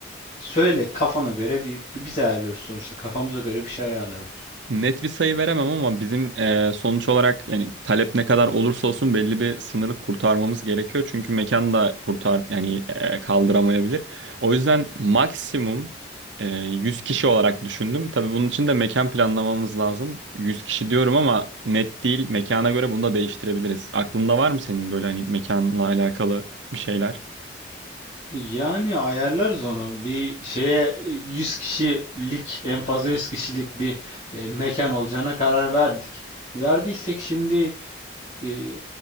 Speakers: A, on the left; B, on the right.
A: söyle kafana göre bir, bir biz ayarlıyoruz sonuçta kafamıza göre bir şey ayarlayalım.
B: Net bir sayı veremem ama bizim e, sonuç olarak yani talep ne kadar olursa olsun belli bir sınırı kurtarmamız gerekiyor. Çünkü mekan da kurtar yani e, kaldıramayabilir. O yüzden maksimum e, 100 kişi olarak düşündüm. Tabii bunun için de mekan planlamamız lazım. 100 kişi diyorum ama net değil. Mekana göre bunu da değiştirebiliriz. Aklında var mı senin böyle hani mekanla alakalı bir şeyler?
A: Yani ayarlarız onu. Bir şeye e, 100 kişilik en fazla 100 kişilik bir e, mekan olacağına karar verdik. Verdiysek şimdi e,